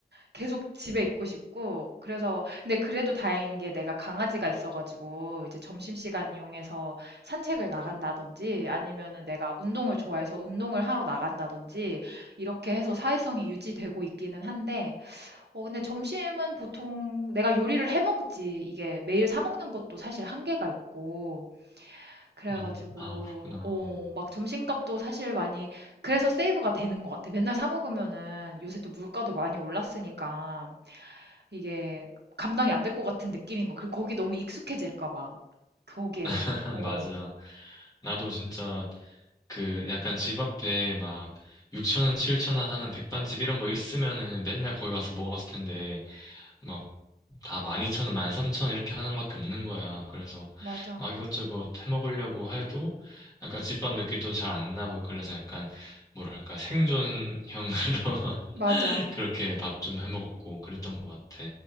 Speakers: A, on the right; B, on the left.
A: 계속 집에 있고 싶고. 그래서 근데 그래도 다행인 게 내가 강아지가 있어가지고 이제 점심시간 이용해서 산책을 나간다든지 아니면은 내가 운동을 좋아해서 운동을 하러 나간다든지 이렇게 해서 사회성이 유지되고 있기는 한데 어, 근데 점심은 보통 내가 요리를 해 먹지. 이게 매일 사 먹는 것도 사실 한계가 있고. 그래가지고,
B: 음, 아, 그렇구나.
A: 어, 막 점심값도 사실 많이, 그래서 세이브가 되는 것 같아. 맨날 사 먹으면은 요새 또 물가도 많이 올랐으니까 이게 감당이 안 될 것 같은 느낌인 거. 그 거기 너무 익숙해질까 봐. 거기에.
B: <laughs>
A: 어,
B: 맞아. 나도 진짜 그 약간 집 앞에 막 6천 원, 7천 원 하는 백반집 이런 거 있으면은 맨날 거기 가서 먹었을 텐데 막 다 12,000원, 13,000원 이렇게 하는 것밖에 없는 거야. 그래서
A: 맞아.
B: 막 이것저것 해 먹으려고 해도 약간 집밥 느낌도 잘 안 나고 그래서 약간 뭐랄까 생존형으로 <laughs>
A: 맞아.
B: 그렇게 밥 좀 해 먹었고 그랬던 것 같아.